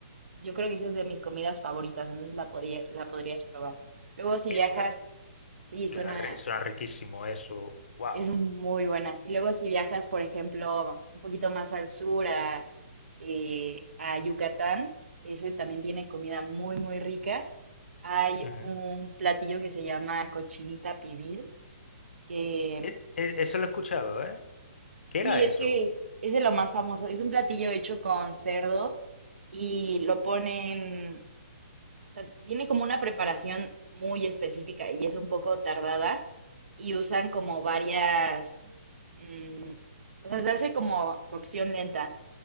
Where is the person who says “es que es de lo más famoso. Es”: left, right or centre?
Right